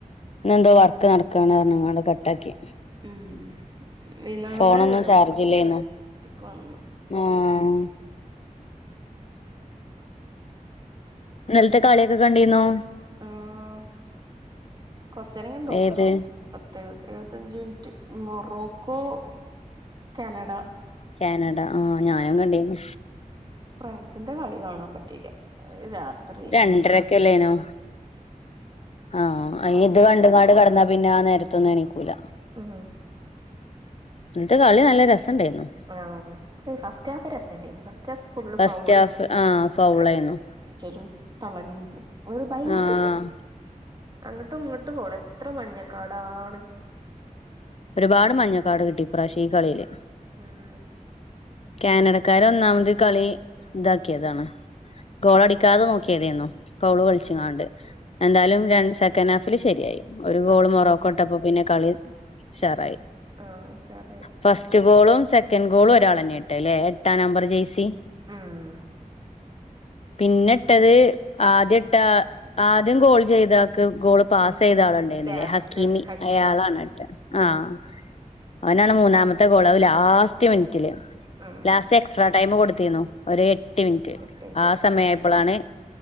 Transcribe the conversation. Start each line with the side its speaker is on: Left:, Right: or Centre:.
Left: എന്തോ വർക്ക് നടക്കണ് പറഞ്ഞ് ങ്ങാണ്ട് കട്ടാക്കി
Right: ഉം വൈന്നേരെ
Left: ഫോണൊന്നും
Right: വരോളളൂ
Left: ചാർജില്ലേന്നു
Right: ഇക്ക‌വന്നു
Left: ആഹ് ഇന്നലത്തെ കളിയൊക്കെ കണ്ടിന്നോ
Right: ആഹ് കൊറച്ചെരം കണ്ടു
Left: ഏത്
Right: ഒരു പത്തെഴു എഴുപത്തഞ്ച് മിനിറ്റ് മൊറോക്കോ ക്യാനഡ
Left: ക്യാനഡ ആഹ് ഞാനും കണ്ടീനു
Right: ഫ്രാൻസിന്റെ കളി കാണാൻ പറ്റില്ല അത് രാത്രി
Left: രണ്ടരക്കല്ലേനോ
Right: രണ്ട്
Left: ആഹ് അയിന്
Right: കടന്നു
Left: ഇത് കണ്ട്ങ്ങാണ്ട് കടന്നാ പിന്നെ ആ നേരത്തൊന്നും എനീക്കൂല
Right: ആഹാ
Left: എന്നിട്ട് കളി നല്ല രസം ഉണ്ടായിരുന്നു
Right: ആഹ് ഫസ്റ്റ് ഹാഫ് രസല്ലേനി first half full
Left: first
Right: foul
Left: half ആഹ് ഫൗളായിരുന്നു
Right: അല് കുത്തലും തള്ളലും ഒര് ഭയങ്കര
Left: ആഹ്
Right: അങ്ങോട്ടും ഇങ്ങോട്ട് പോള എത്ര മഞ്ഞക്കാടാണ്
Left: ഒരുപാട് മഞ്ഞക്കാട് കിട്ടി ഇപ്രാശ്യംഈ കളിയില്
Right: ഉം
Left: ക്യാനഡക്കാര് ഒന്നാമത് കളി ഇതാക്കിയതാണ് ഗോളടിക്കാതെ നോക്ക്യാതേന്നു ഫൗള്
Right: ഉം
Left: കളിച്ച്ങ്ങാണ്ട് എന്താലും രണ്ട് സെക്കൻഡ് ഹാഫില് ശെരിയായി ഒരു ഗോള്
Right: ആഹ്
Left: മോറോ ക്കൊട്ടപ്പൊ പിന്നെ കളി ഉശാറായി
Right: ആഹ് ഉശാറായി
Left: ഫസ്റ്റ് ഗോളും, സെക്കൻഡ് ഗോളും, ഒരാളെന്നെ ഇട്ടല്ലെ എട്ടാം നമ്പർ ജേസി
Right: ഉം
Left: പിന്നെ ഇട്ടത് ആദ്യം ഇട്ടാ ആദ്യം ഗോൾ ചെയ്താക്ക് ഗോള് പാസൈയ്ത ആളുണ്ടേന്നില്ലേ
Right: ക്യാപ്റ്റൻ
Left: ഹക്കീമി
Right: ഹക്കീം
Left: അയാളാണ് ഇട്ടേ
Right: ഉം
Left: ആഹ് അവനാണ് മൂന്നാമത്തെ ഗോള് അത് ലാസ്റ്റ് മിനിറ്റില്
Right: ഉം
Left: ലാസ് എക്സ്ട്രാടൈം കൊടുത്തിന്നു ഒര് എട്ട് മിനിറ്റ്
Right: എട്ടിൻറ്റ്
Left: ആ സമയായപ്പളാണ്